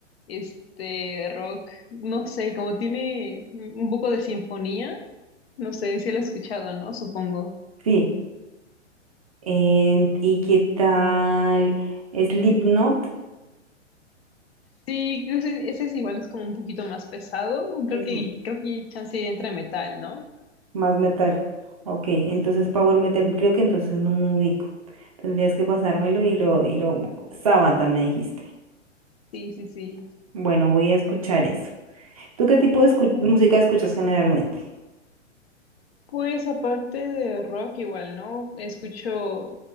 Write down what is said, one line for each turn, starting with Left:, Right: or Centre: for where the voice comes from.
Left: este rock, no sé, como tiene un poco de sinfonía, no sé si lo he escuchado, ¿no? Supongo.
Right: Sí. En- ¿y qué tal Slipknot?
Left: Sí, ese, ese es igual, es como un poquito más pesado. Creo
Right: Es
Left: que,
Right: m-
Left: creo que chance entre metal, ¿no?
Right: más metal. Ok, entonces Power Metal, creo que entonces no me ubico. Tendrías que pasármelo y lo, y lo, Sabaton me dijiste.
Left: Sí, sí, sí.
Right: Bueno, voy a escuchar eso. ¿Tú qué tipo de escu-
Left: No,
Right: música escuchas generalmente?
Left: Pues aparte de rock, igual, ¿no? Escucho